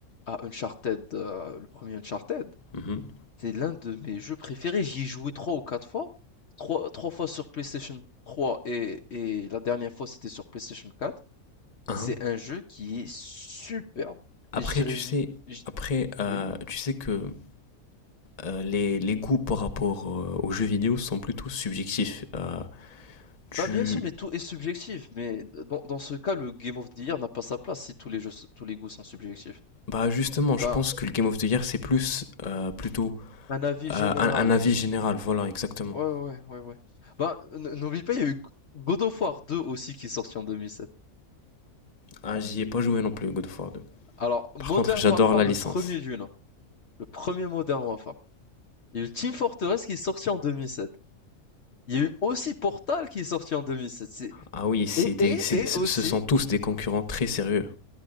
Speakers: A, on the left; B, on the left.
A: à Uncharted euh, le premier Uncharted,
B: Mhm.
A: C'est l'un de mes jeux préférés, j'y ai joué 3 ou 4 fois. Trois, trois fois sur PlayStation 3 et, et la dernière fois c'était sur PlayStation 4.
B: Hein.
A: C'est un jeu qui est superbe.
B: Après,
A: Et je dirais,
B: tu
A: mi-
B: sais,
A: je-
B: après, euh,
A: oui.
B: tu sais que euh, les, les goûts par rapport euh, aux jeux vidéo sont plutôt subjectifs. Euh, tu,
A: Bah bien sûr, mais tout est subjectif. Mais dans, dans ce cas, le Game of the Year n'a pas sa place si tous les jeux, tous les goûts sont subjectifs.
B: bah justement, je
A: Ben,
B: pense que le Game of the Year c'est plus euh, plutôt
A: un avis général.
B: euh, un, un avis général. Voilà, exactement.
A: Ouais, ouais, ouais, ouais. Ben, n- n'oublie pas, il y a eu God of War 2 aussi qui est sorti en 2007.
B: Ah, j'y ai pas joué non plus God of War 2.
A: Alors, Modern
B: Par contre, j'adore
A: Warfare,
B: la licence.
A: le premier du nom. Le premier Modern Warfare. Il y a eu Team Fortress qui est sorti en 2007. Il y a eu aussi Portal qui est sorti en 2007. C'est-
B: Ah oui, c'est
A: Et,
B: des,
A: et,
B: c'est-
A: et aussi,
B: ce sont tous des concurrents très sérieux.